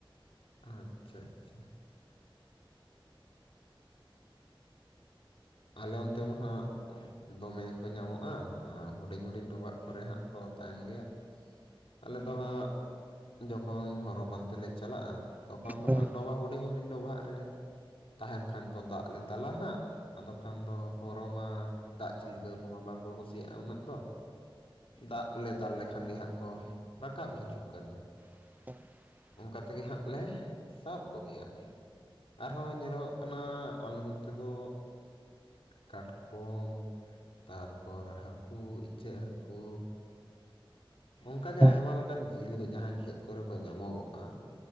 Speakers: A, on the left; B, on the right.
A: ᱟᱪᱪᱷᱟ ᱟᱪᱪᱷᱟ᱾ ᱟᱞᱮ ᱚᱱᱛᱮ ᱢᱟ ᱦᱟᱸᱜ ᱫᱚᱢᱮ ᱠᱚ ᱧᱟᱢᱚᱜ-ᱟ ᱟᱨ ᱦᱩᱰᱤᱧ ᱦᱩᱰᱤᱧ ᱰᱚᱵᱟᱜ ᱠᱚᱨᱮ ᱦᱟᱸᱜ᱾ ᱠᱚ ᱛᱟᱦᱮᱱ ᱜᱮᱭᱟ᱾ ᱟᱞᱮ ᱫᱚ ᱦᱟᱸᱜ ᱡᱚᱠᱷᱚᱱ ᱦᱚᱨᱚ ᱯᱟᱱᱛᱮ ᱞᱮ ᱪᱟᱞᱟᱜ-ᱟ ᱛᱚᱠᱷᱚᱱ ᱫᱚ
B: ᱦᱮᱸ
A: ᱦᱟᱸᱜ ᱰᱚᱵᱷᱟ ᱦᱩᱰᱤᱧ ᱦᱩᱰᱤᱧ ᱰᱚᱵᱷᱟᱜ ᱨᱮ ᱛᱟᱦᱮᱱ ᱠᱷᱟᱱ ᱠᱚ ᱫᱟᱜ ᱞᱮ ᱫᱟᱞᱟ ᱦᱟᱸᱜ᱾ ᱟᱫᱚ ᱠᱷᱟᱱ ᱫᱚ ᱦᱚᱨᱚ ᱢᱟ ᱫᱟᱜ ᱪᱷᱤᱞᱠᱟᱹᱣ ᱠᱚᱢᱟ ᱵᱟᱝ ᱠᱚ ᱠᱩᱥᱤᱭᱟᱜ-ᱟ ᱩᱱᱟᱹᱜ ᱫᱚ᱾ ᱫᱟᱜ ᱞᱮ ᱫᱟᱞ ᱞᱮᱠᱷᱟᱱ ᱜᱮ ᱦᱟᱸᱜ ᱠᱚ ᱨᱟᱠᱟᱵ ᱦᱤᱡᱩᱜ ᱠᱟᱱ᱾
B: <inaudible>
A: ᱚᱱᱠᱟ ᱛᱮᱜᱮ ᱦᱟᱸᱜ ᱞᱮ ᱥᱟᱵ ᱠᱚᱜᱮᱭᱟ᱾ ᱟᱨᱦᱚᱸ ᱧᱮᱞᱚᱜᱚᱜ ᱠᱟᱱᱟ ᱟᱞᱮ ᱱᱚᱛᱮ ᱫᱚ ᱠᱟᱴᱠᱚᱢ ᱛᱟᱨᱯᱚᱨ ᱦᱟᱹᱠᱩ ᱤᱪᱟᱹᱜ ᱦᱟᱹᱠᱩ᱾ ᱚᱝᱠᱟᱜᱮ
B: ᱦᱮᱸ
A: ᱟᱭᱢᱟ ᱞᱮᱠᱟᱱ ᱡᱤᱭᱟᱹᱞᱤ ᱠᱚ ᱡᱟᱦᱟᱸ ᱠᱷᱮᱛ ᱠᱚᱨᱮ ᱠᱚ ᱧᱟᱢᱚᱜᱚᱜ-ᱟ᱾